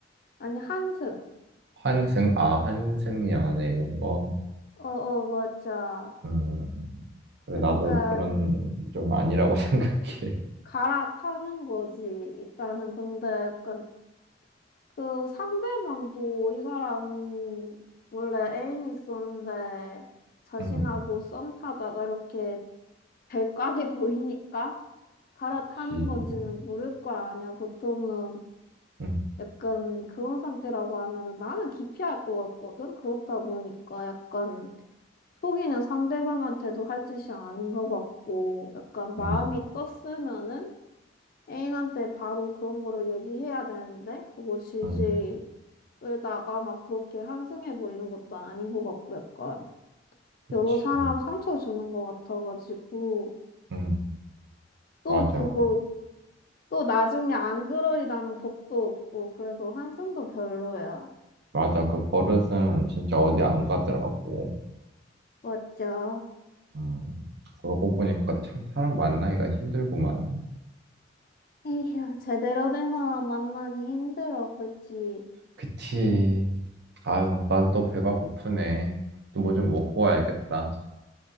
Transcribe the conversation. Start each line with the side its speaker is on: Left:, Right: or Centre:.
Left: 아니, 한숨.
Right: 환승, 아, 환승 연애 이런 거.
Left: 어, 어, 맞아.
Right: 음, 그래,
Left: 약간
Right: 나도 그런 좀 아니라고 <laughs> 생각해.
Left: 갈아타는 거지. 일단은 근데 약간 그 상대방도 이 사람이 원래 애인이 있었는데 자신하고
Right: 음.
Left: 썸 타다가 이렇게 별각이 <laughs> 보이니까 갈아타는
Right: 그치.
Left: 건지는 모를 거 아니야. 보통은
Right: 음,
Left: 약간 그런 상태라고 하면은 나는 기피할 것 같거든. 그렇다 보니까 약간 속이는 상대방한테도 할 짓이 아닌 것 같고 약간 마음이
Right: 음,
Left: 떴으면은 애인한테 바로 그런 거를 얘기해야 되는데 그거 질질
Right: 음,
Left: 끌다가 막 그렇게 한승해 버리는 것도 아닌 것 같고 약간
Right: 그치.
Left: 여러 사람 상처 주는 것 같아가지고
Right: 음,
Left: 또
Right: 맞아.
Left: 그거 또 나중에 안 그러리라는 법도 없고 그래서 한승도 별로야.
Right: 맞아. 그 버릇은 진짜 어디 안 가더라고.
Left: 맞죠?
Right: 음, 그러고 보니까 참 사람 만나기가 힘들구만.
Left: 에휴 제대로 된 사람 만나기 힘들어 그치?
Right: 그치. 아유, 난 또 배가 고프네. 또 뭐 좀 먹고 와야겠다.